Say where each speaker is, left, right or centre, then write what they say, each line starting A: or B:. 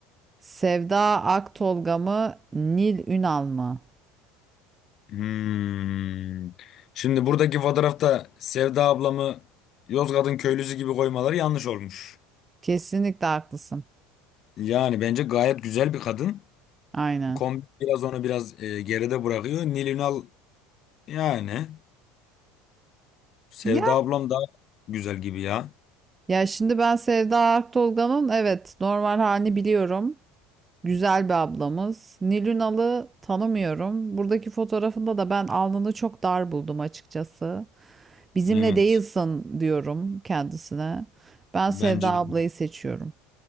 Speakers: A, on the right; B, on the left.
A: Sevda Aktolga mı Nil Ünal mı?
B: Hmm. Şimdi buradaki fotoğrafta Sevda ablamı Yozgat'ın köylüsü gibi koymaları yanlış olmuş.
A: Kesinlikle haklısın.
B: Yani bence gayet güzel bir kadın.
A: Aynen.
B: Kombi biraz onu biraz e, geride bırakıyor. Nil Ünal yani Sevda
A: Ya
B: ablam daha güzel gibi ya.
A: Ya şimdi ben Sevda Aktolga'nın evet normal halini biliyorum. Güzel bir ablamız. Nilünalı tanımıyorum. Buradaki fotoğrafında da ben alnını çok dar buldum açıkçası. Bizimle
B: Evet.
A: değilsin diyorum kendisine. Ben
B: Bence
A: Sevda ablayı
B: de
A: seçiyorum.